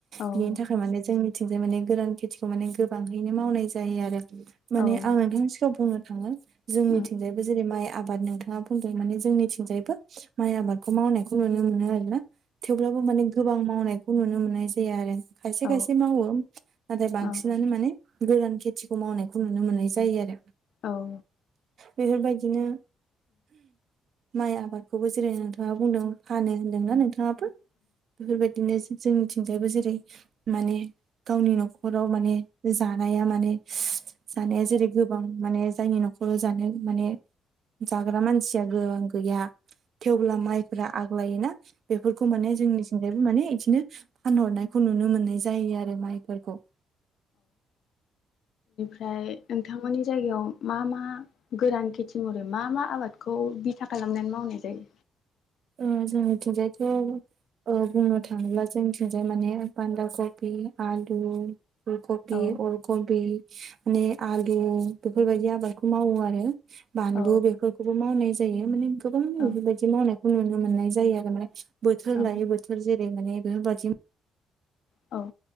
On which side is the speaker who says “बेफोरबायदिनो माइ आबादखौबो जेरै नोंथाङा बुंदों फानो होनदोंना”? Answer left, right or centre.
Right